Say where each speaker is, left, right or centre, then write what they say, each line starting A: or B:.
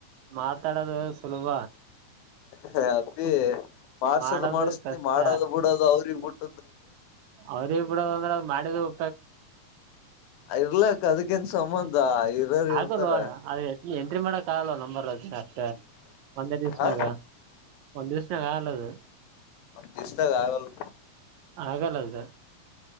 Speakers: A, on the right; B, on the left.
A: ಮಾತ್ ಮಾತಾಡೋದು ಸುಲಭ
B: ಹ ಅಪ್ಪಿ ಮಾಡ್ಸದ
A: ಮಾಡೋದು
B: ಮಾಡಿಸ್ತೀನಿ
A: ಕಷ್ಟ
B: ಮಾಡದ ಬಿಡದು ಅವ್ರಿಗೆ ಬಿಟ್ಟ
A: ಅವ್ರಿಗೆ ಬಿಡದ ಅಂದ್ರೆ ಅದು ಮಾಡಿದ <unintelligible>
B: ಇರ್ಲಾಕ್ಕ ಅದಕ್ಕನ್ ಸಂಬಂಧ ಇರೋರ್ ಇರ್ತಾರ
A: ಆಗಲ್ವ ಅಣ್ಣಾ ಅದು ಏ ಎಂಟ್ರಿ ಮಾಡಕ್ ಆಗಲ್ಲ ನಂಬರ್ ಅಷ್ಟೆ ಒಂದೇ ದಿವ್ಸನಾಗ
B: ಆ
A: ಒಂದ್ ದಿವಸ ಒಂದಿವ್ಸ್ನಾಗಲ್ಲ ಅದು.
B: ದಿಸದಾಗ ಆಗಲ್ಲ.
A: ಆಗಲ್ಲ ಅದ